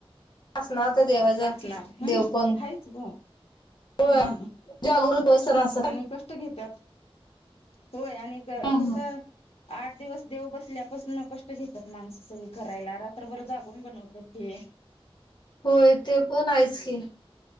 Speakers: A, on the left; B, on the left.
A: असणार त्या देवाच
B: असणार हा.
A: देव पण.
B: हायच ग
A: हो.
B: हम्म.
A: जागृत देवस्थान अस
B: आणि कष्ट घेत्यात. होय आणि
A: ना
B: कसं आठ दिवस देव बसल्यापासून कष्ट घेतात माणसं सगळी करायला. रात्रभर जागून बनवतात ते. ह.
A: होय, ते पण आहेच की.